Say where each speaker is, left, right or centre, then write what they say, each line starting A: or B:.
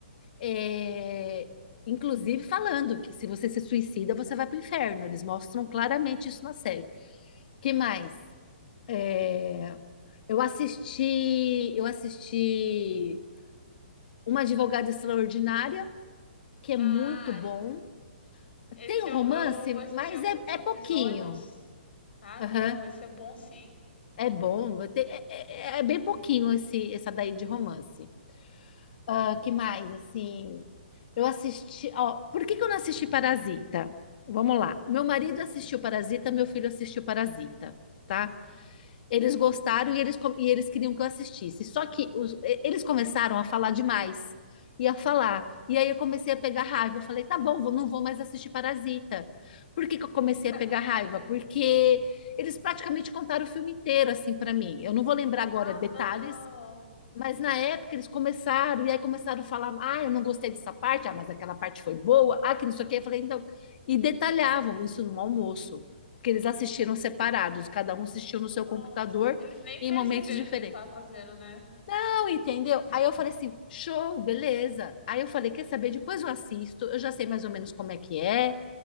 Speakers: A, on the left; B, on the left.
A: é, inclusive falando que se você se suicida, você vai para o inferno. Eles mostram claramente isso na série. Que mais? É, eu assisti, eu assisti Uma Advogada Extraordinária, que é
B: Ah,
A: muito bom.
B: Esse
A: Tem um
B: eu,
A: romance,
B: eu assisti
A: mas
B: alguns
A: é, é
B: episódios.
A: pouquinho.
B: Ah,
A: Aham.
B: não, esse é bom sim.
A: É bom, tem- é, é- é bem pouquinho esse, essa daí de romance. Ah, que mais? Assim, Eu assisti. Ó, por que que eu não assisti Parasita? Vamos lá. Meu marido assistiu Parasita, meu filho assistiu Parasita, tá? Eles gostaram e eles, com- e eles queriam que eu assistisse. Só que os- e- eles começaram a falar demais. E a falar. E aí eu comecei a pegar raiva. Eu falei, tá bom, vou- não vou mais assistir Parasita. Por que que eu comecei
B: <laughs>
A: a pegar raiva? Porque eles praticamente contaram o filme inteiro, assim, para mim. Eu não vou lembrar agora
B: Ah,
A: detalhes,
B: não.
A: mas na época eles começaram, e aí começaram a falar: ah, eu não gostei dessa parte, ah, mas aquela parte foi boa, ah, que não sei o quê. Eu falei, então. E detalhavam isso no almoço, porque eles assistiram separados, cada um assistiu no seu
B: Nossa,
A: computador
B: eles nem
A: em
B: perceberam
A: momentos diferentes.
B: o que eles estavam fazendo, né?
A: Não, entendeu? Aí eu falei assim: show, beleza. Aí eu falei: quer saber? Depois eu assisto, eu já sei mais ou menos como é que é,